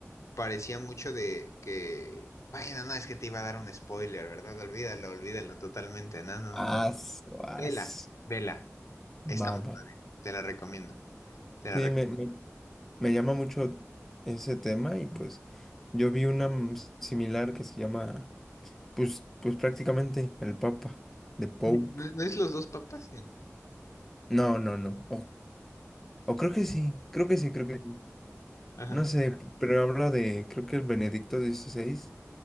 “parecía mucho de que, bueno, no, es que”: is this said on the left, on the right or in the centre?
Left